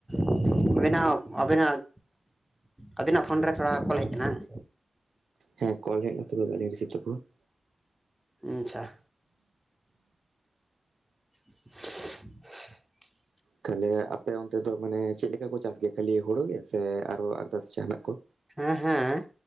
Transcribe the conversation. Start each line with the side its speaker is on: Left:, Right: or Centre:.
Centre: ᱾ ᱟᱹᱵᱤᱱᱟᱜ ᱟᱹᱵᱤᱱᱟᱜ ᱟᱹᱵᱤᱱᱟᱜ ᱯᱷᱳᱱ ᱨᱮ ᱛᱷᱚᱲᱟ ᱠᱚᱞ ᱦᱮᱡ ᱠᱟᱱᱟ ᱾
Right: ᱦᱮᱸ ᱠᱚᱞ ᱦᱮᱡ ᱮᱱᱟ ᱛᱚᱵᱮ ᱵᱟᱞᱤᱧ ᱨᱤᱥᱤᱵᱷ ᱛᱟᱠᱚᱣᱟ ᱾
Centre: ᱟᱪᱪᱷᱟ ᱾ <inaudible>
Right: ᱛᱟᱦᱞᱮ ᱟᱯᱮ ᱚᱱᱛᱮ ᱫᱚ ᱢᱟᱱᱮ ᱪᱮᱫ ᱞᱮᱠᱟ ᱠᱚ ᱪᱟᱥ ᱜᱮᱭᱟ ᱠᱷᱟᱞᱤ ᱦᱩᱲᱩ ᱥᱮ ᱟᱨ ᱟᱨᱫᱟᱥ ᱡᱟᱦᱱᱟᱜ ᱠᱚ
Centre: ᱦᱮᱸ ᱦᱮᱸ